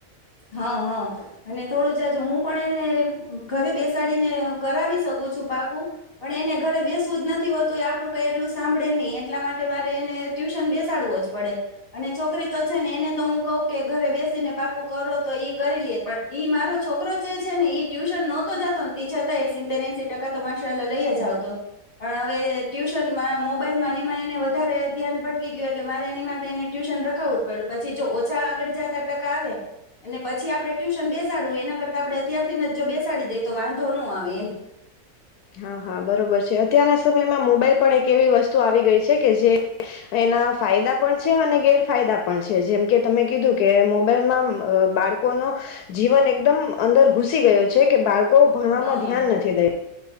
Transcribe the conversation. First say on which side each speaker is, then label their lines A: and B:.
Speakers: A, on the left; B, on the left.
A: હા હા અને થોડું જાજુ હું પણ એને ઘરે બેસાડીને કરાવી શકું છું પાકું પણ એને ઘરે બેસવું જ નથી હોતું એ આપડું કઈ એટલું સાંભળે નહી એટલા માટે મારે એને ટ્યુશન બેસાડવું જ પડે અને છોકરી તો છે ને એને તો હું કહું કે ઘરે બેસીને પાકું કરો તો કરી લેએ પણ ઈ મારો છોકરો જે છે ને ટ્યુશન નહોતો જતો ને તી છતા સીત્તેર એહસ્સી ટકા તો માશાલા લઈ જ આવતો પણ હવે ટ્યુશન મોબાઈલમાં એમાં એને વધારે ધ્યાન ભટકી ગયું એટલે મારે એની માટે એને ટ્યુશન રખાવવું જ પડ્યું પછી જો ઓછા આગળ જતા ટકા આવે અને પછી આપડણે ટ્યુશન બેસાડવું એના કરતા આપડણે અત્યારથીને જ જો બેસાડી દઈ તો વાંધો નો આવે એમ
B: હા હા બરોબર છે અત્યારના સમયમાં મોબાઈલ પણ એક એવી વસ્તુ આવી ગઈ છે કે જે એના ફાયદા પણ છે અને ગેરફાયદા પણ છે જેમ કે તમે કીધું કે મોબાઈલમાં બાળકોનો જીવન એકદમ અંદર ઘુસી ગયો છે કે બાળ કો ભણવામાં
A: હા
B: ધ્યાન નથી દઈ